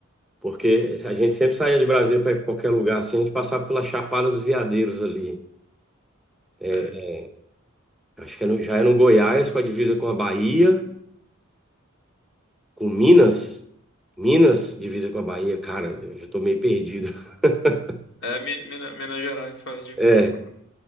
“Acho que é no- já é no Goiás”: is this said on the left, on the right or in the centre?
Centre